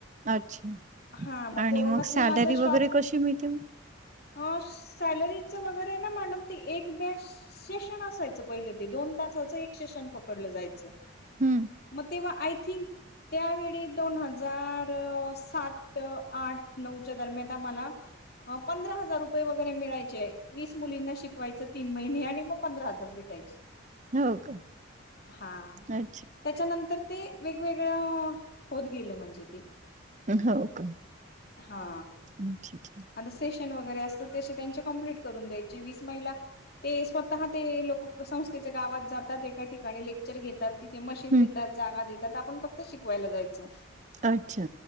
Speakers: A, on the right (about 35°); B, on the left (about 50°).
A: अच्छा
B: हा
A: आणि
B: कोरोनात
A: मग
B: मी
A: सॅलरी
B: माझा शॉप
A: वगैरे कशी मिळते म.
B: अ सॅलरीच वगैरे ना मॅडम ते एक बॅच सेशन असायचं पहिलं ते दोन तासाचं एक सेशन पकडलं जायचं.
A: हम्म.
B: मग तेव्हा आय थिंक त्यावेळी दोन हजार सात आठ नऊच्या दरम्यान आम्हाला पंधरा हजार रुपये वगैरे मिळायचे वीस मुलींना शिकवायचं तीन महिने आणि मग पंधरा हजार भेटायचे.
A: हो का
B: हा
A: अ.
B: त्याच्यानंतर ते वेगवेगळं होत गेलं म्हणजे ते.
A: हो का
B: हा
A: ठीक आहे.
B: आता सेशन वगैरे असतं ते त्यांचे कंम्प्लीट करून द्यायचे वीस महिला ते स्वतः ह ते लोक संस्थेच्या गावात जातात एका ठिकाणी लेक्चर घेतात. ते मशीन
A: हं.
B: देतात जागा देतात आपण फक्त शिकवायला जायचं
A: अच्छा.